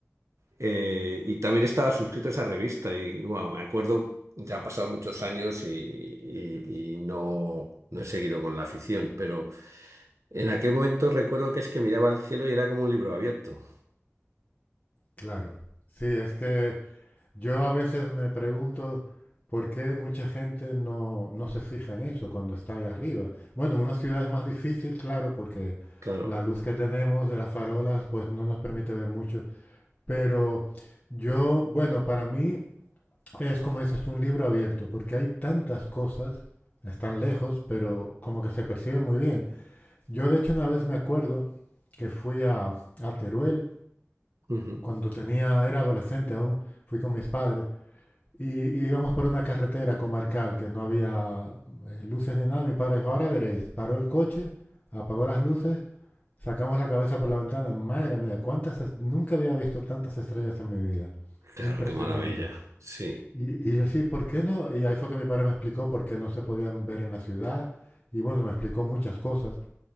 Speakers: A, on the right; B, on the left.
A: eh, y también estaba suscrito a esa revista y bueno, me acuerdo, ya han pasado muchos años y, y- y no, no he seguido con la afición, pero en aquel momento recuerdo que es que miraba al cielo y era como un libro abierto.
B: Claro. Sí, es que yo a veces me pregunto por qué mucha gente no, no se fija en eso cuando está ahí arriba. Bueno, en una ciudad es más difícil, claro, porque
A: Claro,
B: la luz que tenemos de las farolas pues no nos permite ver mucho. Pero yo, bueno, para mí Es como dices tú, un libro abierto, porque hay tantas cosas, están lejos, pero como que se percibe muy bien. Yo de hecho una vez me acuerdo que fui a, a Teruel,
A: ujú,
B: cuando tenía, era adolescente aún, fui con mis padres, y, y íbamos por una carretera comarcal que no había eh, luces ni nada. Mi padre dijo, ahora veréis, paró el coche, apagó las luces, sacamos la cabeza por la ventana, madre mía, cuántas, est- nunca había visto tantas estrellas en mi vida.
A: Claro,
B: Impresionante.
A: qué maravilla. Sí,
B: Y, y yo sí, ¿por qué no? Y ahí fue que mi padre me explicó por qué no se podían ver en la ciudad. Y bueno, me explicó muchas cosas.